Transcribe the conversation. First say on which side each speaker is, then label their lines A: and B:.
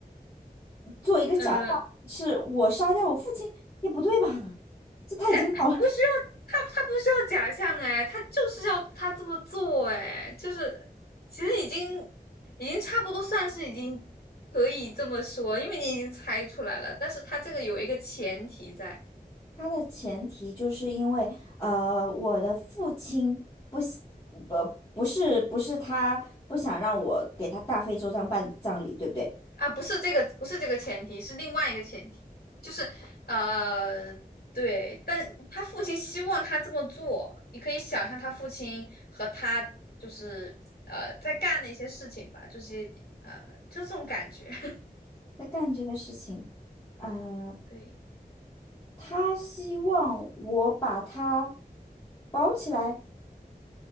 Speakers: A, on the left; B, on the left.
A: 做一个假象，
B: 嗯，
A: 是我杀掉我父亲？也不对吧？这太惊悚了。
B: 哎、他不需要他他不需要假象哎，他就是要他这么做哎，就是其实已经已经差不多算是已经可以这么说，因为你已经猜出来了，但是他这个有一个前提在。
A: 他的前提就是因为呃，我的父亲不喜不不是不是他不想让我给他大费周章办葬礼，对不对？
B: 啊，不是这个，不是这个前提，是另外一个前提，就是呃，对，但他父亲希望他这么做，你可以想象他父亲和他就是呃在干的一些事情吧，就是呃就是这种感觉，<laughs>
A: 在干这个事情，呃，
B: 对，
A: 他希望我把它包起来，